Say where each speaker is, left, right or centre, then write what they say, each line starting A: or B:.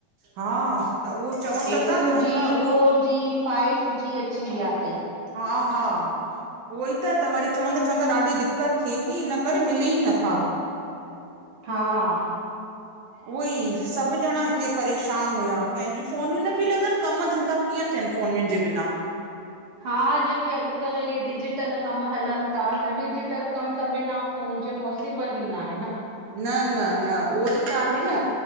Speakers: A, on the right; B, on the right.
A: हा, त उहो चवनि
B: हे
A: त
B: टू
A: था चवनि
B: जी,
A: था उहो
B: फोर जी, फाइव जी अची विया तई।
A: हा- हा। उहोई त, त वरी चवंदा- चवंदा ॾाढी दिक्कत थे ती इन करे मिले ई नथा।
B: हा।
A: उहोई सभु ॼणा हिते परेशान हुया कंहिंजूं फ़ोनियूं न पियूं लॻनि। कम धंधा कीअं थियनि फ़ोनिनि जे बिना?
B: हा, जेके अॼुकल्ह हे डिजटल कम हलनि ता त डिज टल कम त बिना फ़ोन जे पॉसिबल ई नाहे न।
A: न -न -न, उहोई त आहे न